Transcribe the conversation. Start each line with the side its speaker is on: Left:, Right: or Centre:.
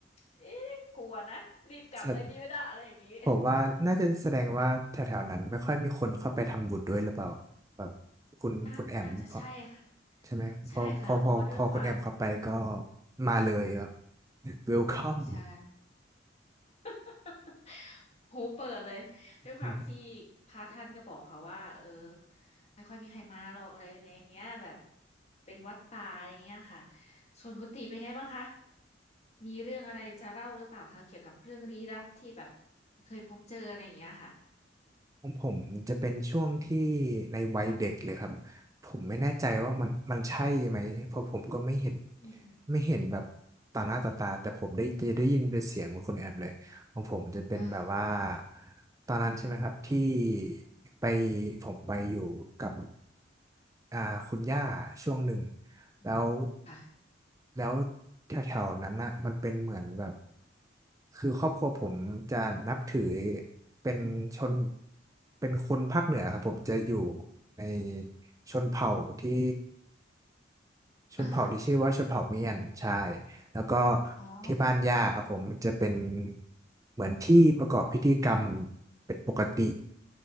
Left: เอ๊ะกลัวนะรีบกลับเลยดีไม่ได้อะไรอย่างงี้
Right: แสดผมว่าน่าจะแสดงว่าแถวๆนั้นไม่ค่อยมีคนเข้าไปทำบุญด้วยหรือเปล่าแบบคุณคุณแอมพอ
Left: <laughs> น่าน่าจะใช่ค่ะ
Right: ใช่ไหมพอพอพอพอคุณแอมเข้าไปก็
Left: ใช่ค่ะเพราะด้วยความ
Right: มาเลยแบบ <laughs> welcome
Left: ใช่ <laughs> หูเปิดเลยด้วยความที่
Right: อืม
Left: พระท่านก็บอกเขาว่าเออไม่ค่อยมีใครมาหรอกอะไรอะไรอย่างเงี้ยแบบเป็นวัดป่าอะไรเงี้ยค่ะส่วนกุฏิเป็นไงบ้างคะมีเรื่องอะไรจะเล่าหรือเปล่าคะเกี่ยวกับเรื่องลี้ลับที่แบบเคยพบเจออะไรอย่างเงี้ยค่ะ
Right: ของผมจะเป็นช่วงที่ในวัยเด็กเลยครับผมไม่แน่ใจว่ามันมันใช่ไหมเพราะผมก็ไม่เห็น
Left: อืมอืม
Right: ไม่เห็นแบบต่อหน้าต่อตาแต่ผมได้จะได้ยินเป็นเสียงของคนแอบเลยของผมจะเป็นแบบว่า
Left: อ่า
Right: ตอนนั้นใช่ไหมครับที่ไปผมไปอยู่กับ อ่าคุณย่าช่วงหนึ่ง
Left: อืม
Right: แล้ว
Left: ค่ะ
Right: แล้วแถวๆนั้นน่ะมันเป็นเหมือนแบบคือครอบครัวผมจะนับถือเป็นชนเป็นคนภาคเหนือครับผมจะอยู่ในชนเผ่าที่ชนเผ่าที่ชื่อว่าชนเผ่าเมียนใช่
Left: อ่า
Right: แล้วก็
Left: อ๋อ
Right: ที่บ้านย่าครับผมมันจะเป็นเหมือนที่ประกอบพิธีกรรมเป็นปกติ